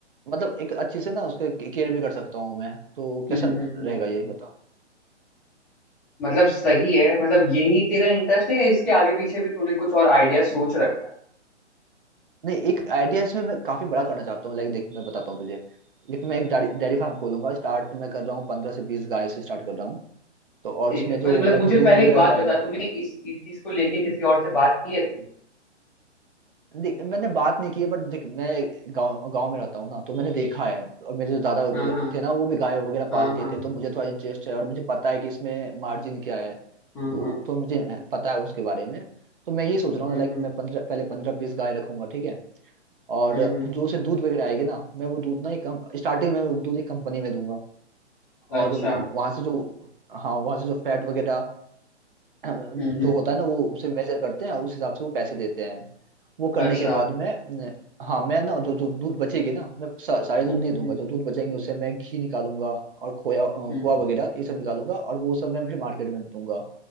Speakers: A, on the right; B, in the centre.
A: मतलब एक अच्छी से ना उसके केयर भी कर सकता हूँ मैं तो
B: हम्म
A: कैसा रहेगा
B: हम्म हम्म हम्म।
A: ये बता
B: मतलब सही है मतलब यही तेरा इंटरेस्ट है या इसके आगे पीछे भी तूने कुछ और आइडिया सोच रखा है
A: नहीं एक आइडिया इसमें मैं काफी बड़ा करना चाहता हूँ लाइक देख मैं बताता हूँ तुझे लेकिन मैं एक डेयरी फार्म खोलूंगा स्टार्ट मैं कर रहा हूँ पंद्रह से बीस गाय से स्टार्ट कर रहा हूँ तो और
B: ठीक
A: उसमें
B: है मतलब
A: जो
B: मतलब
A: लाइक
B: मुझे पहले
A: दूध वगैरह
B: एक बात
A: जो आएगा
B: बता तूने इस इस चीज को लेके किसी और से बात की है तूने
A: देख मैंने बात नहीं की है बट देख मैं गांव गांव में रहता हूँ ना तो मैंने देखा है और मेरे जो दादा वगैरह
B: हाँ हाँ
A: थे ना वो भी गाय वगैरह
B: हाँ
A: पालते
B: हाँ
A: थे तो मुझे थोड़ा इंटरेस्ट है और मुझे पता है कि इसमें मार्जिन क्या है
B: हाँ
A: तो
B: हाँ
A: तो मुझे पता है उसके बारे में तो मैं ये सोच रहा
B: हम्म
A: हूँ लाइक
B: हम्म
A: मैं पंद्रह पहले पंद्रह बीस गाय रखूंगा ठीक है और
B: हम्म हम्म,
A: जो उसे दूध वगैरह आएगी ना मैं वो दूध ना एक कम स्टार्टिंग में वो दूध एक कंपनी में दूंगा
B: अच्छा
A: और वहां से जो हाँ वहां से जो फैट वगैरह <clears throat>
B: हम्म हम्म
A: जो होता है ना वो उसे मेजर करते हैं और उस हिसाब से वो पैसे देते हैं वो करने
B: अच्छा
A: के बाद मैं न- हाँ मैं ना जो जो दूध बचेगी ना मैं सा, सारे दूध
B: हम्म
A: नहीं
B: हम्म
A: दूंगा जो दूध बचेंगे उसे मैं घी निकालूंगा और खोया अ,
B: हम्म,
A: खोआ वगैरह ये सब निकालूंगा और वो सब मैं फिर मार्केट में दूंगा